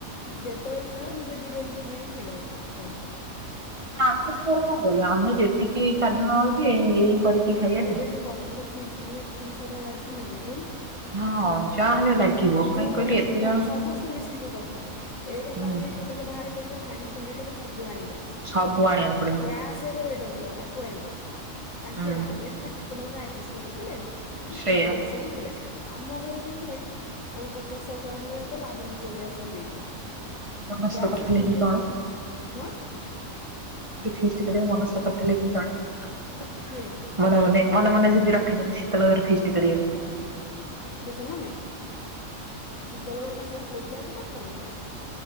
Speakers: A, on the left; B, on the right.
A: ଯେତେବେଳେ ଇଚ୍ଛା ହବ ନିଜେ ବିରିୟାନୀ କିରିଆଣୀ ଖାଇଦବ ସଇଲା
B: ଆମ ସେ ଘରେ କଣ କଲୁ ଆମେ ଯେତିକି ଏ ଚାରି ଜଣ ଅଛି ଏ ଏଇ କରିକି ଖାଇବା ଟି।
A: ଏବେ ଯୋଉ କରିଥାନ୍ତେ ଫିଷ୍ଟ ନିହାତି ତିନିଶହ ଟଙ୍କା ଲାଗିଥାନ୍ତ କି ନାଇଁ କହୁନୁ
B: ହଁ ଯାହା ହେଲେ ଲାଗିବ
A: ଏ
B: କାହିଁକି
A: ଯୋଉ
B: କହିଲୁ
A: ଏଇ ଯୋଉ
B: ଏତେ
A: ପୁ
B: ଜଣ
A: ସମସ୍ତେ ମିଶିକି ଯୋଉ କରିଥାନ୍ତେ ଏକେରେ ତମେ
B: ହୁଁ
A: ଜି ଟୋଟାଲ ବାହାରେ କରିବ ହାଣ୍ଡି କୁଣ୍ଡି ଠାରୁ ସବୁ ଆଣିବ
B: ସବୁ ଆଣିବାକୁ
A: ତା
B: ପଡିବ
A: ଗ୍ୟାସ୍ ଫେରେ ତ ଅଧିକା ତାକୁ ଆଣିବ ତାଙ୍କି
B: ହୁଁ
A: ଆଣ ଆମେ ସିନା ଶୀତଲ ଘରେ ଆଡଜଷ୍ଟ କରିଦଉଥିଲେ ଉ
B: ସେଇଆ।
A: ଚୁଲିରେ ବସେଇ ଦଉଥିଲେ ଆମ ଘରେ ସେମିତି ହୁଏ ଆମେ ପଚାଶହ ଟଙ୍କା ଲେଖା କରୁ ଆମ ନିଜ ଗ୍ୟାସ୍ ମୁଁ ଦେଇଦିଏ
B: ମନସ୍ଥ
A: ଗ୍ୟାସ୍
B: କରିଥିଲେ
A: ଚୁଲି
B: କିି କଣ
A: ହଁ
B: ଫିଷ୍ଟ କରିବାକୁ ମନସ୍ କରିଥିଲେ କି କଣ
A: କିଏ
B: ମନେ ମନେ ମନେ ମନେ ଯଦି ରଖିଦେବୁ ଶୀତଲ ଘର ଫିଷ୍ଟ କରିବାକୁ
A: କି ସେମାନେ ଶୀତଲ ଘରକୁ ସବୁ ପୁଅ ପିଲା ଆସି କରିଥାନ୍ତ ନା କଣ?